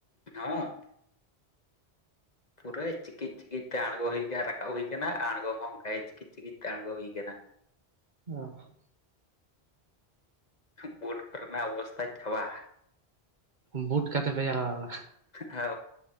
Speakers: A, on the left; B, on the right.
A: ᱦᱚᱸ ᱯᱩᱨᱟᱹ ᱪᱤᱠᱤᱡ ᱪᱤᱠᱤᱡ ᱛᱮ ᱟᱬᱜᱚ ᱦᱩᱭ ᱠᱟ ᱨᱟᱠᱟᱵ ᱦᱩᱭ ᱟᱠᱟᱱᱟ ᱟᱬᱜᱚ ᱦᱚᱸ ᱚᱱᱠᱟ ᱜᱮ ᱪᱤᱠ ᱪᱤᱠᱤᱛ ᱛᱮ ᱟᱬᱜᱚ ᱦᱩᱭ ᱟᱠᱟᱱᱟ
B: ᱚᱦ
A: ᱵᱩᱴ ᱠᱚᱨᱮ ᱱᱟᱜ ᱚᱵᱚᱥᱛᱷᱟ ᱪᱟᱵᱟ
B: ᱵᱩᱴ ᱠᱟᱛᱮ ᱯᱮ ᱡᱟᱞᱟᱣ ᱞᱟ
A: ᱦ